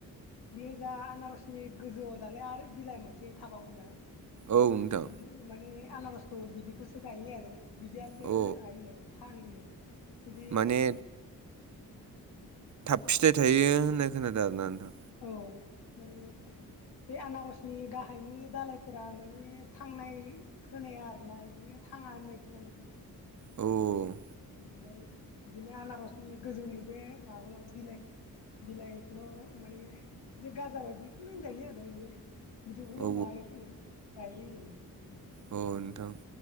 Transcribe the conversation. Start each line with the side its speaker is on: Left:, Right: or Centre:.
Left: बेयो जा आनारसनि गोजौआव दालाय आरो बिलाइ मोनसे थाबावोना
Right: औ नोंथां
Left: बिदि माने आनारसखौ बिदिखौसो गायो आरो बिदियासो
Right: औ
Left: आय नो। थाङोनो बिदि
Right: माने थाब फिथाइ थायो होननाय खोनादों आरो ना नोंथां।
Left: औ माने बे आनारस नि गाहायनि दालायफोरा माने थांनाय खोनाया आरोना बिदिनो थाङा होननाय खो नायो।
Right: औ
Left: ओमफ्राय बिदिनो आनारसनि गोजौनि बे माबालाइ बिलाइ बिलाइखौल' माने बि गाजा बायदिखौनो होनजायो आरो बियो। बिदिखौल'
Right: औ
Left: मानो फैयो गायोनो।
Right: अ नोंथां